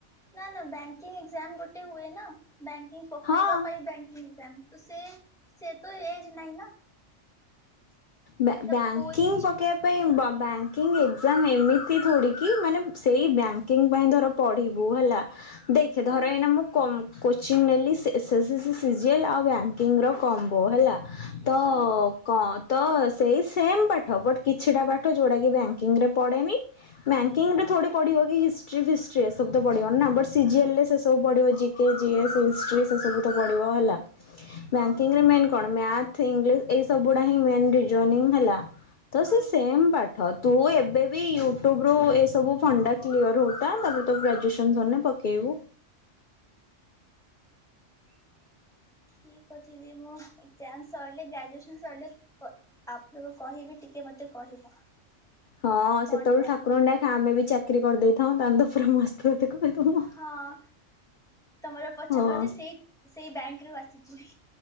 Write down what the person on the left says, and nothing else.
ହଁ।
ବ୍ଯା
ବ୍ୟାଙ୍କିଙ୍ଗ
ପକେଇବା ପାଇଁ ବ ବ୍ୟାଙ୍କିଙ୍ଗ ଏଜ୍ଜାମ୍ ଏମିତି ଥୋଡ଼ିକି, ମାନେ ସେଇ ବ୍ୟାଙ୍କିଙ୍ଗ ପାଇଁ ଧର ପଢ଼ିବୁ ହେଲା। ଦେଖେ
ଧର ଏଇନା ମୁଁ କମ୍ କୋଚିଂ ନେଲି ଏ ସେ ସି ସି ଜି ଏଲ୍ ଆଉ ବ୍ୟାଙ୍କିଙ୍ଗର କମ୍ବୋ ହେଲା। ତ
କ ତ ସେଇ ସେମ୍ ପାଠ। ବଟ୍ କିଛିଟା ପାଠ ଯୋଉଟା କି ବ୍ୟାଙ୍କିଙ୍ଗରେ ପଡେନି। ବ୍ୟାଙ୍କିଙ୍ଗ ରେ ଥୋଡ଼ି ପଢ଼ିବ କି ହିଷ୍ଟ୍ରି ଫିଷ୍ଟ୍ରି ଏସବୁ ତ ପଡିବନି ନା। ବଟ୍ ସି ଜି ଏଲ୍ ରେ ସେ ସବୁ ପଡିବ G G K, G S, history ସେସବୁ ତ ପଡ଼ିବ ହେଲା।
ବ୍ୟାଙ୍କିଙ୍ଗ
ରେ ମେନ୍ କଣ ମ୍ୟାଥ୍, ଇଂଲିଶ ଏଇ ସବୁ ଗୁଡା। <unintelligible> ଜଏନିଙ୍ଗ୍ ହେଲା, ତ
ସେଇ ସେମ୍ ପା ଠ। ତୁ ଏବେ ବି ୟୁଟ୍ୟୁବ ରୁ ଏସବୁ ଫଣ୍ଡା ଟା କ୍ଲିୟର ହଉଥା। ତାପରେ ତୋ ଗ୍ରାଜୁଏସନ ସରିନେ ପକେଇବୁ। ହ <inaudible>
ହଁ
ସେତେବେଳେ
ଠାକୁରଙ୍କୁ ଡାକେ ଆମେ ବି ଚାକିରି କରିଦେଇଥାଉ ତାହାନେ ତ ପୁରା ମସ୍ତ ରୂପେ କହିଦବ
ହଁ।